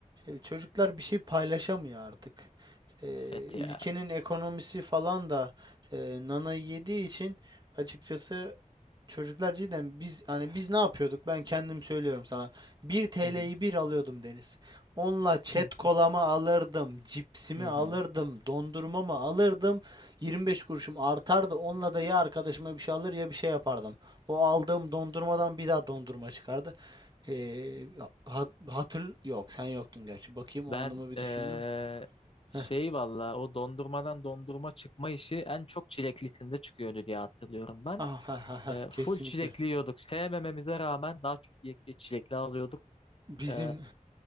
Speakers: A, on the right; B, on the left.
A: e, çocuklar bir şey paylaşamıyor artık. Eee,
B: Evet
A: ülkenin
B: ya.
A: ekonomisi falan da eee nana yediği için açıkçası Çocuklar cidden biz hani biz ne yapıyorduk? Ben kendim söylüyorum sana. 1 TL'yi
B: Hı hı.
A: bir alıyordum Deniz. Onunla çet
B: <laughs>
A: kolamı alırdım, cipsimi
B: Hı
A: alırdım,
B: hı. hı.
A: dondurmamı alırdım. 25 kuruşum artardı. Onunla da ya arkadaşıma bir şey alır ya bir şey yapardım. O aldığım dondurmadan bir daha dondurma çıkardı. Ee, ha- hatır yok, sen yoktun gerçi. Bakayım o
B: Ben
A: anımı bir düşündüm.
B: ee, şey
A: Heh.
B: valla o dondurmadan dondurma çıkma işi en çok çileklisinde çıkıyordu diye hatırlıyorum ben.
A: Ah, ha, ha, ha,
B: Ee,
A: kesinlikle.
B: full çilekli yiyorduk. Sevmememize rağmen daha çok ye- çilekli alıyorduk.
A: Bizim
B: Ee,